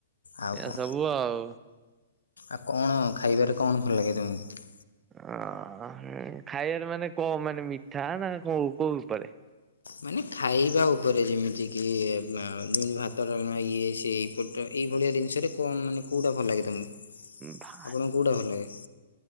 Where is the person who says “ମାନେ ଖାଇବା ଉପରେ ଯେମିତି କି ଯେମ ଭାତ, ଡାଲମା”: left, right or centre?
Left